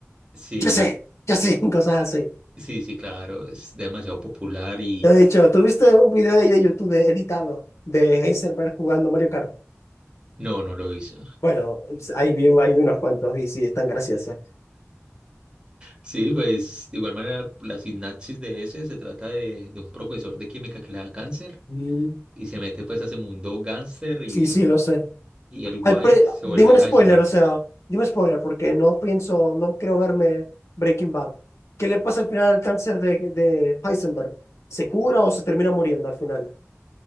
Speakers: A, on the right; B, on the left.
A: Sí,
B: Ya sé, ya sé, <laughs> cosas así.
A: sí, sí, claro, es demasiado popular y...
B: De hecho, tuviste un video de ahí de YouTube de- editado de Heisenberg jugando Mario Kart.
A: No, no lo hizo.
B: Bueno, es- ahí vi, ahí vi unos cuantos y sí, están graciosos.
A: Sí, pues de igual manera la sinapsis de ese se trata de, de un profesor de química que le da cáncer
B: Mm,
A: y se mete pues a ese mundo gánster y,
B: sí, sí, lo sé.
A: y el guay
B: Al pre-
A: se
B: dime
A: vuelve
B: un
A: Heisenberg.
B: spoiler, o sea, dime un spoiler porque no pienso, no quiero verme Breaking Bad. ¿Qué le pasa al final al cáncer de, de Heisenberg? ¿Se cura o se termina muriendo al final?